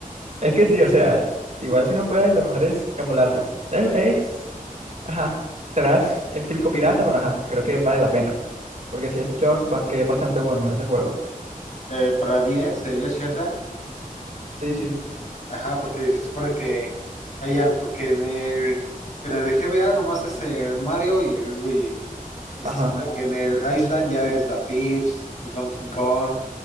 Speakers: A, on the right; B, on the left.
A: Es que sí, o sea, igual si no puedes, lo mejor es emularlo. Es, es- ajá, serás el típico pirata, pero ajá, creo que vale la pena. Porque sí he escuchado ba- que es bastante bueno ese juego.
B: Eh, para 10 eh, Yoshi Island.
A: Sí, sí,
B: Ajá, porque se supone que ella, porque en el, en el de GBA nomás es el Mario y el Luigi. Y
A: ajá.
B: se supone que en el Island ya es The Peach, el Donkey Kong,